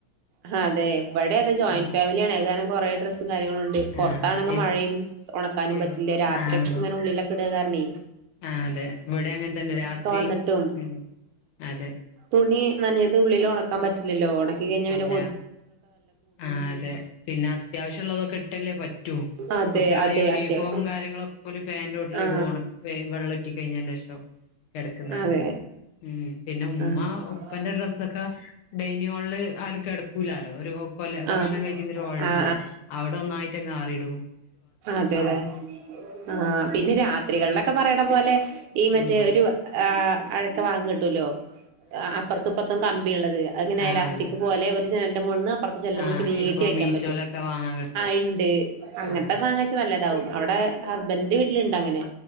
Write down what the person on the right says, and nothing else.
ഹതെ ഇവിടെ അതെ ജോയിന്റ്
ഫാമിലിയാണ് ഏതാനം കുറെ ഡ്രസ്സും കാര്യങ്ങളും ഉണ്ട് പുറത്താണെങ്ങ
മഴയും ഉണക്കാനും
പറ്റില്ല രാത്രിയക്കെ
ഇങ്ങനെ ഉള്ളിലൊക്കെ ഇട് കാരണെ
വന്നിട്ടും
തുണി നഞ്ഞത് ഉള്ളിലോ ഉണക്കാ പറ്റില്ലല്ലോ ഉണക്കി കഴിഞ്ഞാപിന്നെ
ആ അതെ
അതെ
അത്യാവശ്യം
ആ
അതെ
ആ
ആ
ആ
അതെല്ലെ ആഹ് പിന്നെ രാത്രികളിലൊക്കെ പറയണ പോലെ ഈ മറ്റേ
ഒരു ആഹ് അഴക്ക വാങ്ങട്ടൂല്ലോ ആഹ് അപ്പർത്തുപ്പർത്തും കമ്പിള്ളത് അഹ്ങ്ങനെ
അലാസ്റ്റിക്
പോലെ ഒരു ജനലന്റെ മോൾന്ന് അപ്പുറത്ത് ജെൽനപൊളിക്ക്
നീട്ടി
വെക്കാൻ
പറ്റും
ആഹ് ഇണ്ട് അങ്ങനെ
അങ്ങൻതെ നല്ലതാവും അവ്ടെ ഹസ്ബൻറിന്റെ വീട്ടില്ണ്ട് അങ്ങനെ